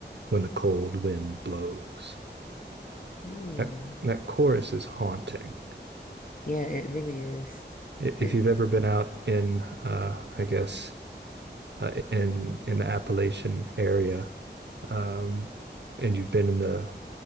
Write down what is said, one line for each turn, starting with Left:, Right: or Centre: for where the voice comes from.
Right: when the cold wind blows.
Left: Hmm.
Right: That that chorus is haunting.
Left: Yeah, it really is.
Right: If
Left: It,
Right: you've ever been out in, uh, I guess, uh, in in the Appalachian area, um, and you've been in the